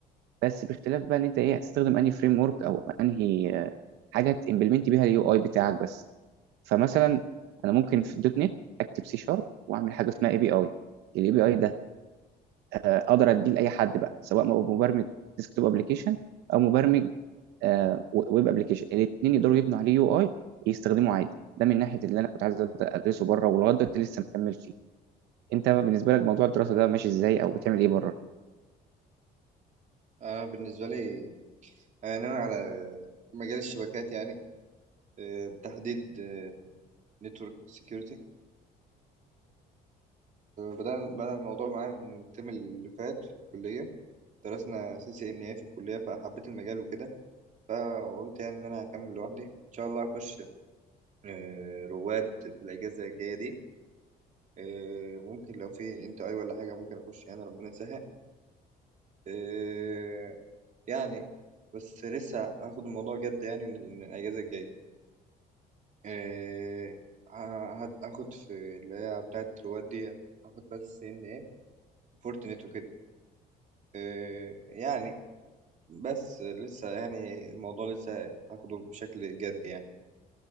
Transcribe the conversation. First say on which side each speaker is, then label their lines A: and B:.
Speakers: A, on the right (about 80°); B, on the right (about 45°).
A: بس باختلاف بقى ان انت ايه هتستخدم انهي فريم ورك او انهي آه، حاجه تمبلمنت بيها اليو اي بتاعك بس فمثلا انا ممكن في دوت نت اكتب سي شارب واعمل حاجه اسمها اي بي اي الاي بي اي ده آه، اقدر اديه لاي حد بقى سواء م- مبرمج ديسكتوب ابلكيشن او مبرمج آه، و- ويب ابلكيشن الاثنين يقدروا يبنوا عليه يو اي يستخدموه عادي ده من ناحيه اللي انا كنت عايز أد- ادرسه بره ولغايه دلوقتي لسه مكمل فيه انت بالنسبه لك موضوع الدراسه ده ماشي ازاي او بتعمل ايه بره
B: أنا بالنسبة لي يعني أنا على مجال الشبكات يعني آه، بتحديد نتورك سيكيورتي بدأنا بدأ الموضوع معايا من الترم اللي فات في الكلية درسنا سي سي إن إيه في الكلية فحبيت المجال وكده فقلت يعني إن أنا هكمل لوحدي إن شاء الله أخش آه، رواد في الأجازة الجاية دي آه، ممكن لو في انت اي ولا حاجة ممكن اخش يعني ربنا يسهل آه، يعني بس لسه هاخد الموضوع جد يعني من من الأجازة الجاية آه، ه- هاخد في اللي هي بتاعة رواد دي هاخد بس سي ان ايه فورتنت وكده آه، يعني بس لسه يعني الموضوع لسه هاخده بشكل جد يعني